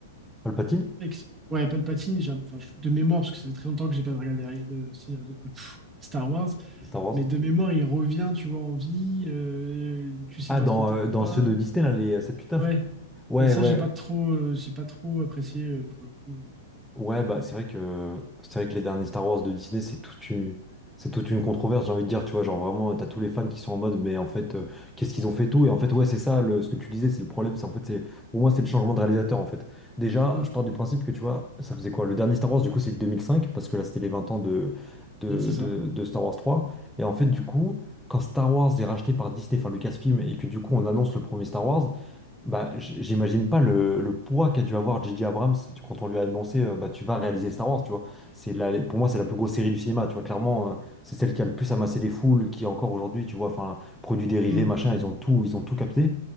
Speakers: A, in the centre; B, on the right (about 20°).
A: Palpatine.
B: ex- Ouais, Palpatine. j'ai- Enfin, je- de mémoire, parce que ça fait très longtemps que j'ai pas regardé de, de- pff, Star Wars.
A: Star Wars?
B: Mais de mémoire, il revient, tu vois, en vie, euh, tu sais
A: Ah,
B: pas
A: dans,
B: trop pourquoi.
A: euh, dans ceux de Disney, là, les 7-8-9?
B: Ouais.
A: Ouais,
B: Et ça,
A: ouais.
B: j'ai pas trop, euh, j'ai pas trop apprécié euh, pour le coup. euh.
A: Ouais, bah c'est vrai que c'est vrai que les derniers Star Wars de Disney, c'est toute une, c'est toute une controverse, j'ai envie de dire, tu vois, genre vraiment, t'as tous les fans qui sont en mode, mais en fait, euh, qu'est-ce qu'ils ont fait tout? Et en fait, ouais, c'est ça, le, ce que tu disais, c'est le problème, c'est en fait, c'est, pour moi, c'est le changement de réalisateur, en fait. Déjà,
B: Mm.
A: je pars du principe que, tu vois, ça faisait quoi? Le dernier Star Wars, du coup, c'est 2005, parce que là, c'était les 20 ans de, de,
B: Ouais, c'est
A: de,
B: ça.
A: de Star Wars 3. Et en fait, du coup, quand Star Wars est racheté par Disney, enfin Lucasfilm, et que du coup, on annonce le premier Star Wars, Bah, j- j'imagine pas le, le poids qu'a dû avoir J.J. Abrams tu- quand on lui a annoncé euh, bah, tu vas réaliser Star Wars, tu vois. C'est la, pour moi, c'est la plus grosse série du cinéma, tu vois. Clairement, euh, c'est celle qui a le plus amassé les foules, qui encore aujourd'hui, tu vois, enfin, produits dérivés,
B: Mm.
A: machin, ils ont tout, ils ont tout capté.